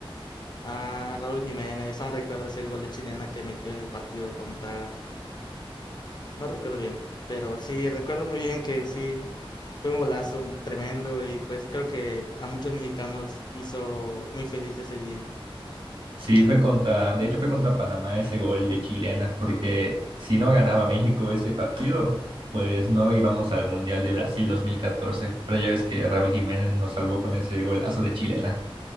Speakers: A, on the left (about 50°); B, on the right (about 60°).
A: Ah, Raúl Jiménez, aún recuerdo ese gol de chilena que metió en el partido contra... No recuerdo bien, pero sí, recuerdo muy bien que sí, fue un golazo tremendo y pues creo que a muchos mexicanos hizo muy feliz ese día.
B: Sí, fue contra, de hecho fue contra Panamá ese gol de chilena, porque si no ganaba México ese partido, pues no íbamos al Mundial de Brasil dos mil catorce Pero ya ves que Raúl Jiménez nos salvó con ese golazo de chilena.